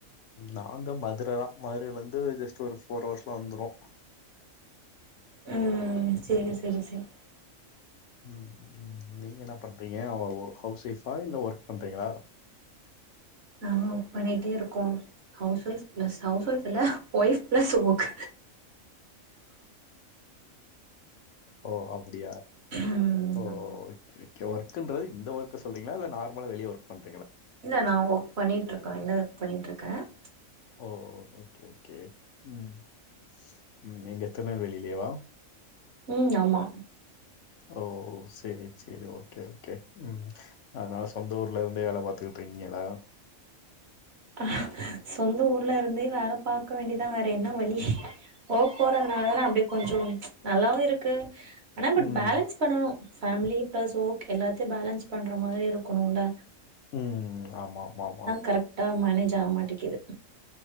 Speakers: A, on the left; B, on the right.
A: நாங்க மதுரதான் மதுரைல இருந்து ஜஸ்ட் ஒரு ஃபோர் ஹவர்ஸ்லாம் வந்துடும்
B: உம் சேரி சேரி சேரி
A: உம் நீங்க என்ன பண்றீங்க அவ ஹவுஸ் ஒய்ஃபா இல்ல ஒர்க் பண்றீங்களா
B: நானும் ஒர்க் பண்ணிட்டே இருக்கோம் ஹவுஸ் ஒய்ஃப் ஹவுஸ் ஒயஃப் இல்லே ஒய் ப்ளஸ் ஓக்
A: ஓ அப்படியா
B: ம்
A: ஓ
B: ஆமா
A: ஓகே ஒர்க்கன்றது இந்த ஒர்க்க சொல்றீங்களா இல்ல நார்மலா வெளியே ஒர்க் பண்
B: இல்ல நான் ஒர்க் பண்ணிட்டு இருக்கேன் நல்ல ஒர்க் பண்ணிட்டு இருக்கேன் <inaudible>
A: ஓ ஓகே ஓகே உம் <inaudible> உம் எங்க திருநெல்வேலிலியேவா
B: உம் ஆமா
A: ஓ சேரி சரி ஓகே ஓகே உம் அதனால சொந்த ஊர்ல இருந்தே வேலை பார்த்துக்கிட்டு இருக்கீங்களா
B: ஆஹ் சொந்த ஊர்ல இருந்தே வேலை பார்க்க வேண்டிதான் வேற என்ன வழி ஓ போறதுனால தானே அப்படிய கொஞ்சம் ப்ச் நல்லாவும் இருக்கு ஆனா பட்
A: ம்,
B: பேலன்ஸ் பண்ணணும் ஃபேமிலி ப்ளஸ் ஒர்க் எல்லாத்தையும் பேலன்ஸ் பண்ணுற மாதிரி இருக்கணும்ல
A: உம் ஆமா ஆமா ஆமா
B: கரெக்டா மேனேஜ் ஆக மாட்டேக்குது